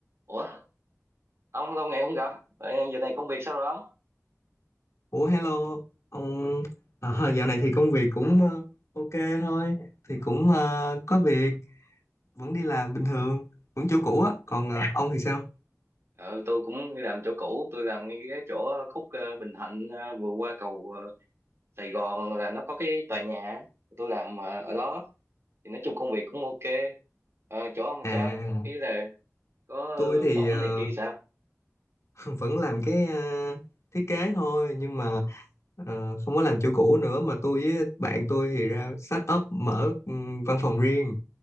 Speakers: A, on the right; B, on the left.
A: ủa ông lâu ngày không gặp Ờ, giờ này công việc sao rồi ông
B: Ủa hello, ông à, dạo này thì công việc cũng ờ, ok thôi, thì cũng ờ, có việc, vẫn đi làm bình thường, vẫn chỗ cũ á, còn ờ, ông thì sao?
A: ừ tôi cũng đi làm chỗ cũ tôi làm ngay cái chỗ khúc ờ, Bình Thạnh ờ, vừa qua cầu ờ, Sài Gòn là nó có cái tòa nhà á. tôi làm ờ, ở đó thì nói chung công việc cũng ok Ờ, chỗ ông
B: À,
A: sao ý là có
B: tôi
A: lương
B: thì
A: bổng
B: ờ,
A: này kia sao
B: <laughs> vẫn làm cái ờ, thiết kế thôi, nhưng mà ờ, không có làm chỗ cũ nữa, mà tôi với bạn tôi thì ra set up mở ừm, văn phòng riêng,